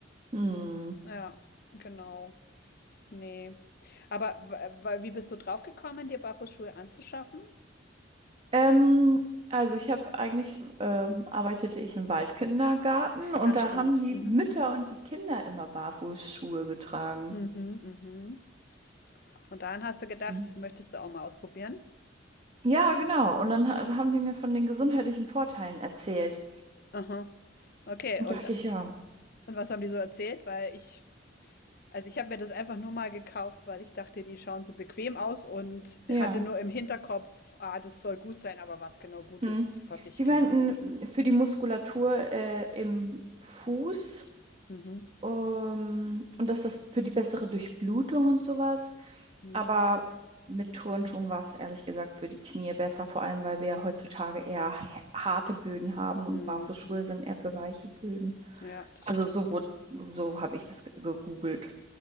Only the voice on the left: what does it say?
Ja, genau. Ne. Aber w wa wie bist du drauf gekommen, dir Barfußschuhe anzuschaffen?
Ach
stimmt.
Mhm.
Mhm, mhm. Und dann hast du gedacht,
möchtest du auch mal ausprobieren?
Aha. Okay,
und,
und was haben die so erzählt? Weil ich, also ich habe mir das einfach nur mal gekauft, weil ich dachte, die schauen so bequem aus und
hatte nur im Hinterkopf, ah, das soll gut sein, aber was genau gut
ist, habe ich
keine
Ahnung.
Mhm.
Mhm.
Mhm.
Mhm.
Ja, das
stimmt.